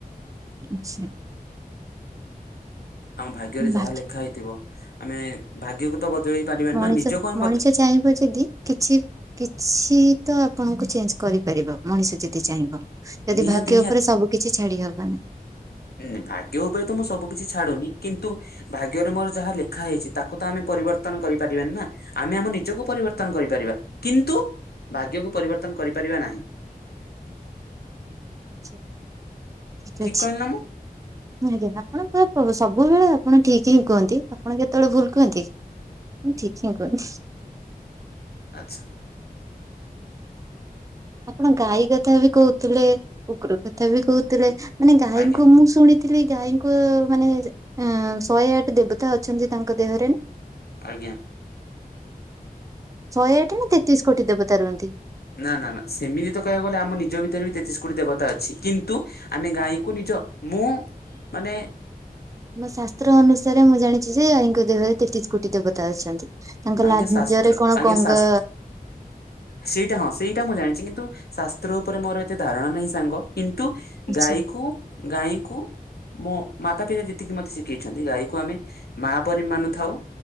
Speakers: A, on the right (about 20°); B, on the left (about 85°).
A: ଆଚ୍ଛା।
B: ଆମ ଭାଗ୍ୟରେ ଯାହା
A: ବାକି
B: ଲେଖା ହେଇଥିବ ଆମେ ଭାଗ୍ୟକୁ ତ ବଦଳେଇ ପାରିବାନି
A: ମଣିଷ
B: ନା ନିଜକୁ ଆମେ
A: ମଣିଷ
B: ବ
A: ଚାହିଁବ ଯଦି କିଛି କିଛି ତ ଆପଣଙ୍କୁ ଚେଞ୍ଜ କରିପାରିବ। ମଣିଷ ଯଦି ଚାହିଁବ ଯଦି
B: ନିହାତି
A: ଭାଗ୍ୟ ଉପରେ ସବୁ କିିଛି ଛାଡି ହବ ନାହିଁ।
B: ହୁଁ ଭାଗ୍ୟ ଉପରେ ତ ମୁଁ ସବୁ କିିଛି ଛାଡୁନି କିନ୍ତୁ ଭାଗ୍ୟରେ ମୋର ଯାହା ଲେଖା ହେଇଛି ତାକୁ ତ ଆମେ ପରିବର୍ତ୍ତନ କରିପାରିବାନି ନା। ଆମେ ଆମ ନିଜକୁ ପରିବର୍ତ୍ତନ କରିପାରିବା କିନ୍ତୁ ଭାଗ୍ୟକୁ ପରିବର୍ତ୍ତନ କରିପାରିବା ନାହିଁ।
A: ଆଛା ଠିକ ଅଛି।
B: କହିଲି ନା ମୁଁ
A: ହଁ ଆଜ୍ଞା ଆପଣ ପୁରା ସବୁବେଳେ ଆପଣ ଠିକ ହିଁ କୁହନ୍ତି। ଆପଣ କେତେବେଳେ ଭୁଲ କୁହନ୍ତି? ଠିକ୍ ହିଁ କୁହ
B: ଆଚ୍ଛା।
A: ଆପଣ ଗାଈ କଥା ବି କହୁଥିଲେ କୁକୁର କଥା ବି କହୁଥିଲେ ମାନେ ଗାଈଙ୍କୁ
B: ଆଜ୍ଞା
A: ମୁଁ ଶୁଣି ଥିଲି ଗାଇଙ୍କୁ ମାନେ ଏଁ ଶହେ ଆଠ ଦେବତା ଅଛନ୍ତି ତାଙ୍କ ଦେହରେ ନା?
B: ଆଜ୍ଞା।
A: ଶହେ ଆଠ ନା ତେତିଶ କୋଟି ଦେବତା ରୁହନ୍ତି।
B: ନା ନା ନା ସେମିତି ତ କହିବାକୁ ଗଲେ ଆମ ନିଜ ଭିତରେ ବି ତେତିଶ କୋଟି ଦେବତା ଅଛି। କିନ୍ତୁ ଆମେ ଗାଈଙ୍କୁ ନିଜ ମୁଁ ମାନେ
A: ମୋ ଶାସ୍ତ୍ର ଅନୁସାରେ ମୁଁ ଜାଣିଛି ଯେ ଆଈଙ୍କ ଦେହରେ ତେତିଶ କୋଟି ଦେବତା ଅଛନ୍ତି। ତାଙ୍କ ଲାଞ୍ଜରେ
B: ଆଜ୍ଞା ଶାସ୍ତ୍ର
A: କଣ
B: ଆଜ୍ଞା
A: ଗଙ୍ଗା
B: ଶାସ୍ତ୍ର ସେଇଟା ହଁ ସେଇଟା ମୁଁ ଜାଣିଛି କିନ୍ତୁ ଶାସ୍ତ୍ର ଉପରେ ମୋର ଏତେ ଧାରଣା ନାହିଁ ସାଙ୍ଗ। କିନ୍ତୁ
A: ଆଚ୍ଛା
B: ଗାଈକୁ ଗାଈଙ୍କୁ ମୋ ମାତା ପିତା ଯେତିକି ମତେ ଶିଖେଇଛନ୍ତି ଗାଈକୁ ଆମେ ମା ପରି ମାନୁଥାଉ।